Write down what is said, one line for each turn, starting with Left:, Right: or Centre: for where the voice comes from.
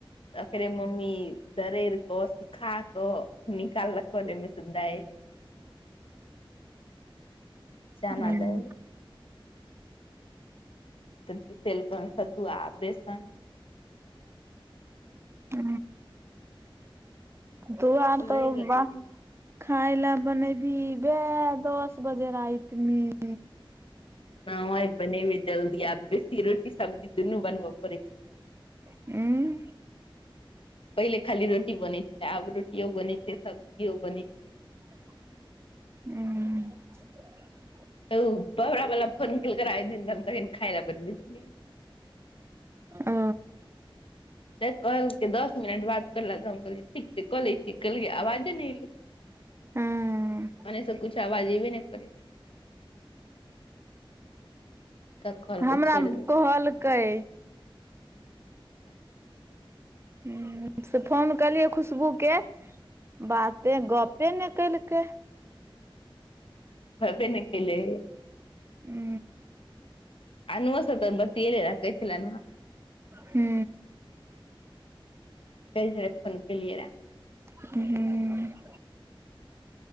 Left: औकरे मम्मी दरेर कऽ खा क निकालकन ह आईमास म दैल चाना
Right: हूं
Left: देल त पीसलकन सतुआ बेसन
Right: ह तू आर
Left: रहि
Right: त
Left: गेलै
Right: वाह खााय ल बनैबी बे दस बजे रहित में
Left: न बनेबे जल्दी आब बेसी रोटी सब्जी दुनू बनब पड़ै छै
Right: ह
Left: पहिले खाली रोटी बनै छल आब रोटियो बने छै सब्जियो बने छै
Right: ह्म
Left: त बाबरा बला फोन कलक रहा आब दिन त खाइ ल बैठ रहिये
Right: ओ
Left: तऽ कहलकै दस मिनट बाद करलक त हम कहलियै ठीक छै कऽ लै छी कहलियै आवाजे नहि एलै
Right: हं
Left: ओने से कछु आवाज एबे न करे तऽ कहलकै
Right: हमरा
Left: छोड़ि देल
Right: कहलकै ह से फोन कलियै खुशबू के बाते गपे ने केलकै
Left: ह भबे नहि कले
Right: हू
Left: अनुह स तऽ बतिएल रखै छल अनुआ
Right: हू
Left: कैह छला जे फोन कलियै रह
Right: हू